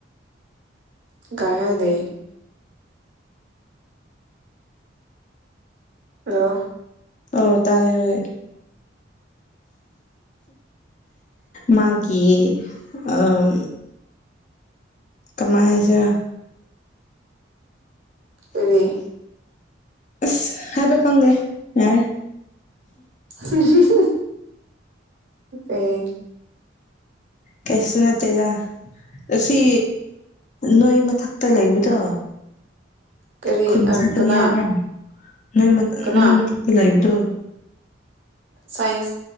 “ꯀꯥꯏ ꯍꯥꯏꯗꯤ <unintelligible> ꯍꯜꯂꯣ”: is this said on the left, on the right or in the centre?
Right